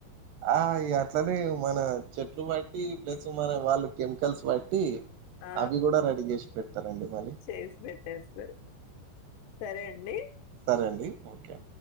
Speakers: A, on the right; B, on the left.
A: ఆ అట్లనే మన చెట్లు <unintelligible> ప్లస్ మన వాళ్ళు కెమికల్స్ బట్టి
B: ఆ!
A: అవి కూడ రెడీ చేసి పెడతారండి మల్లి
B: చేసి పెట్టేస్తారు. సరే అండి.
A: సరే అండి ఓకే